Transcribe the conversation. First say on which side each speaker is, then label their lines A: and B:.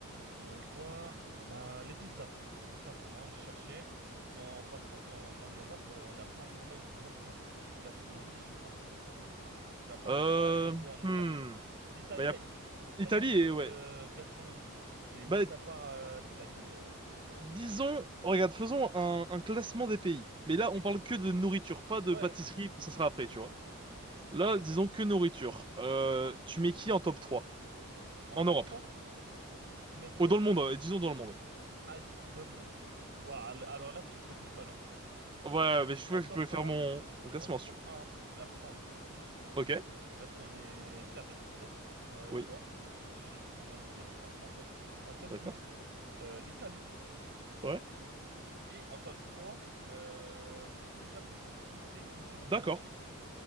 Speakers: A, on the right; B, on the right.
A: Il y aurait quoi? Bah, les pizzas, tout simplement. J'ai cherché, mais en fin de compte, en, en Europe, euh, on n'a pas vraiment une grande gas- gastronomie, je pense. Tu vas par
B: Euh...
A: les pâtes et tout en Italie.
B: Hmm.
A: L'Italie
B: Bah, y a
A: a une, l'Italie
B: Italie
A: a une
B: et...
A: grande
B: Ouais.
A: euh, gastronomie, mais mis
B: Bah,
A: à part euh, l'Italie. euh,
B: disons... Regarde, faisons un, un classement des pays. Mais là,
A: Ok.
B: on parle que de nourriture, pas de
A: Ouais,
B: pâtisserie, ça sera après, tu vois.
A: c'est-
B: Là,
A: bien
B: disons
A: sûr.
B: que nourriture. Euh, tu mets qui en top 3
A: En
B: En
A: top
B: Europe.
A: 3, je mettrais
B: Ou dans le monde, euh, disons dans le monde.
A: Adin, Dolmont. Ouah, al- alors là, tu me poses une colle. hein.
B: Ouais, mais je
A: En
B: peux,
A: top
B: je peux faire
A: un,
B: mon, mon classement
A: en top
B: si tu veux.
A: un, la France.
B: Ok,
A: Parce qu'on est fiers d'être français, euh,
B: oui,
A: tu vois. J'ai surtout mangé des repas français. En top
B: d'accord.
A: 2, euh, l'Italie.
B: Ouais,
A: Et en top 3, euh, le Japon. Tout ce qui est cuisine
B: d'accord,
A: asiatique.